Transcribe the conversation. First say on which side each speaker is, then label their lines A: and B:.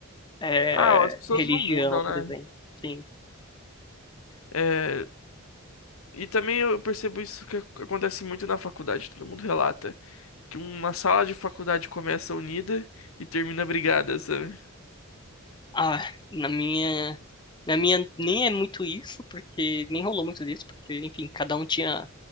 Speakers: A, on the left; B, on the left.
A: é,
B: Ah, ó, as pessoas
A: religião,
B: não mudam, né?
A: por exemplo. Sim.
B: É, E também eu percebo isso que ac- acontece muito na faculdade, todo mundo relata. Que uma sala de faculdade começa unida e termina brigada, sabe?
A: Ah, na minha, na minha nem é muito isso, porque nem rolou muito disso, porque enfim, cada um tinha